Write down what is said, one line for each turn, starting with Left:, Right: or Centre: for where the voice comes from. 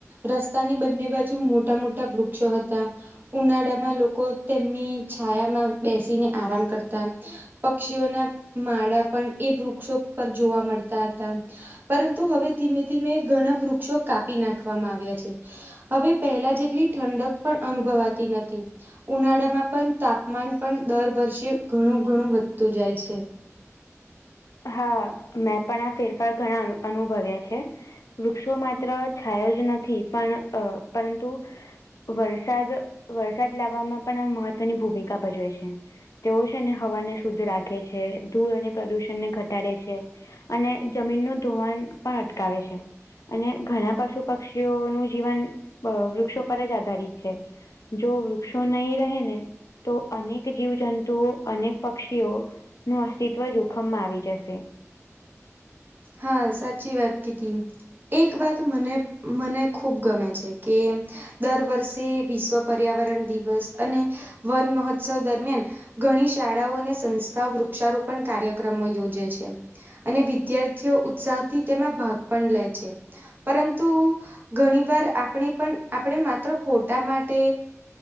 Right: રસ્તાની બંને બાજુ મોટા મોટા વૃક્ષો હતા. ઉનાળામાં લોકો તેમની છાયામાં બેસીને આરામ કરતા. પક્ષીઓના માળા પણ એ વૃક્ષો પર જોવા મળતા હતા. પરંતુ હવે ધીમે ધીમે ઘણા વૃક્ષો કાપી નાખવામાં આવ્યા છે. હવે પહેલા જેટલી ઠંડક પણ અનુભવાતી નથી. ઉનાળામાં પણ તાપમાન પણ દર વર્ષે ઘણું ઘણું વધતું જાય છે.
Left: હા મેં પણ આ ફેરફાર ઘણા અનુભવ્યા છે. વૃક્ષો માત્ર છાયો જ નથી પણ પરંતુ વરસાદ વરસાદ લાવવામાં પણ આ મહત્વની ભૂમિકા ભજવે છે. તેઓ છે ને હવાને શુદ્ધ રાખે છે ધૂળ અને પ્રદૂષણને ઘટ ઘટાડે છે અને જમીનનું ધોવાણ પણ અટકાવે છે. અને ઘણા પશુ પક્ષીઓનું જીવન વૃક્ષો પર જ આધારિત છે. જો વૃક્ષો નહી રહે ને તો અનેક જીવજંતુઓ અનેક પક્ષીઓ નું અસ્તિત્વ જોખમમાં આવી જશે. જશે.
Right: હા સાચી વાત કીધી. એક વાત મને મને ખૂબ ગમે છે કે દર વર્ષે વિશ્વ પર્યાવરણ દિવસ અને વન મહોત્સવ દરમિયાન ઘણી શાળાઓ અને સંસ્થાઓ વૃક્ષારોપણ કાર્યક્રમો યોજે છે અને વિદ્યાર્થી ઉત્સાહથી તેમાં પણ લે છે પરંતુ ઘણી વાર આપણે પણ આપણે માત્ર ફોટા માટે